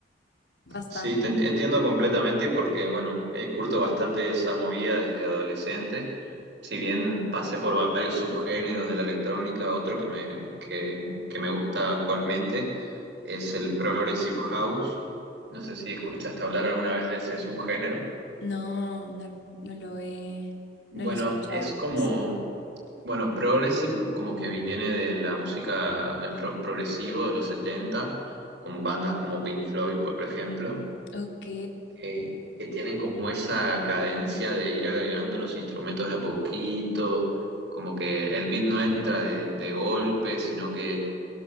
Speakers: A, on the left; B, on the right.
A: Bastante.
B: Sí, te ent- entiendo completamente porque, bueno, eh, curto bastante esa movida desde adolescente. Si bien pasé por varios subgéneros de la electrónica, otro que me, que, que me gusta actualmente es el Progressive House. No sé si escuchaste hablar alguna vez de ese subgénero.
A: No, no, no lo he,
B: Bueno,
A: no lo he escuchado,
B: es
A: ¿cómo
B: como,
A: es?
B: bueno, Progressive como que viene de la música, el rock progresivo de los 70 con bandas como Pink Floyd, por ejemplo.
A: Ok.
B: eh, que tienen como esa cadencia de ir agregando los instrumentos de a poquito, como que el beat no entra de, de golpe, sino que,